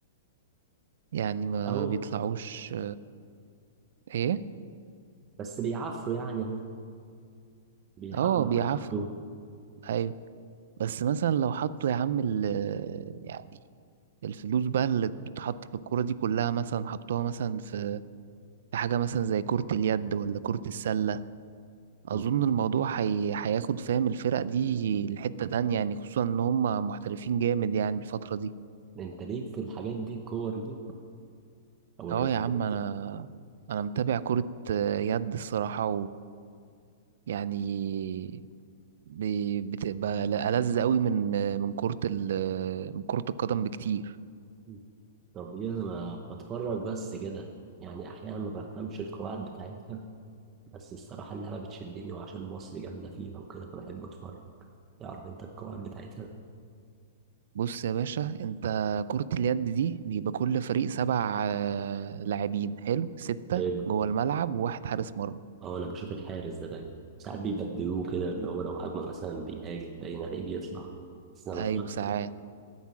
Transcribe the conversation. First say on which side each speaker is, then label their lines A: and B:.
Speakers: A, on the right; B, on the right.
A: يعني ما
B: أهو
A: بيطلعوش ايه
B: بس بيعافروا يعني أهو بيحاولوا
A: اه بيعافروا
B: على قدهم
A: ايوه بس مثلا لو حطوا يا عم ال يعني الفلوس بقى اللي بتتحط في الكورة دي كلها مثلا حطوها مثلا في في حاجة مثلا زي كرة اليد ولا كرة السلة أظن
B: مم.
A: الموضوع حي... هياخد فاهم الفرق دي لحتة تانية يعني خصوصا إن هم محترفين جامد يعني الفترة دي
B: أنت ليك في الحاجات دي الكور دي أو
A: اه
B: الرياضات
A: يا عم أنا
B: دي
A: أنا متابع كرة يد الصراحة ويعني ب- بتبقى ألذ قوي من من كرة ال... من كرة القدم بكتير
B: مم. طب إيه أنا ما بتفرج بس كده يعني أحيانا ما بفهمش القواعد بتاعتها بس الصراحة اللعبة بتشدني وعشان مصر جامدة فيها وكده فبحب أتفرج تعرف أنت القواعد بتاعتها؟
A: بص يا باشا انت كرة اليد دي بيبقى كل فريق سبع آه، لاعبين حلو ستة
B: حلو
A: جوه الملعب وواحد حارس مرمى
B: أه أنا بشوف الحارس ده دايما ساعات بيبدلوه كده اللي هو لو هجمة مثلا بيهاجم باين عليه بيطلع بس أنا
A: ايوه
B: بفهم
A: ساعات
B: كده